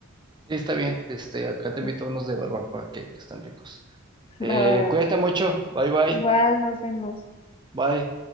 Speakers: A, on the right; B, on the left.
A: Sí, está bien, este, acá te invito
B: <laughs>
A: a unos de barbacoa que que están ricos.
B: Va,
A: Eh,
B: va, va.
A: cuídate mucho, bye bye,
B: Igual nos vemos.
A: bye.